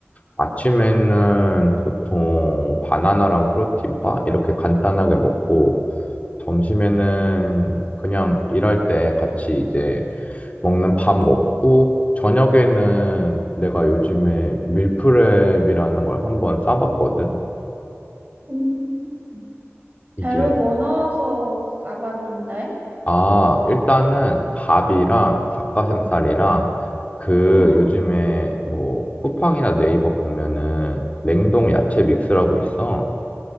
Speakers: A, on the left; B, on the right.
A: 아침에는 보통 바나나랑 프로틴바 이렇게 간단하게 먹고 점심에는 그냥 일할 때 같이 이제 먹는 밥 먹고 저녁에는 내가 요즘에 밀프렙이라는 걸 한번 싸봤거든.
B: 음,
A: 이게
B: 재료 뭐 넣어서 싸봤는데?
A: 아, 일단은 밥이랑 닭가슴살이랑 그
B: 응,
A: 요즘에 뭐 쿠팡이나 네이버 보면은 냉동 야채 믹스라고 있어.